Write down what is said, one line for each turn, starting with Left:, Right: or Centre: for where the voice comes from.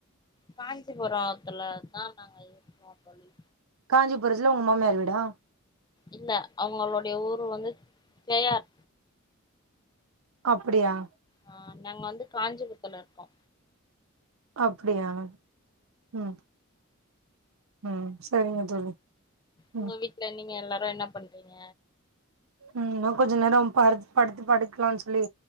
Left: காஞ் சிபுரோ இருக்குல அதா நாங்க இருக்கோ தோழி
Right: காஞ்சிபுரத்துல மாமியார் வீடா
Left: இல்ல அவங்களுடைய ஊர் வந்து பேயார்
Right: அப்டியா
Left: ஆ நாங்க வந்து காஞ்சிபுரத்துல இருக்கோ
Right: அப்டியா ம் ம் சரிங்க தோழி ம்
Left: உங்க வீட்ல நீங்க எல்லா ரு என்ன பண்றீங்க
Right: இன்னு கொஞ்ச நேரோ படுத் படுத்து படுக்கலான் சொல்லி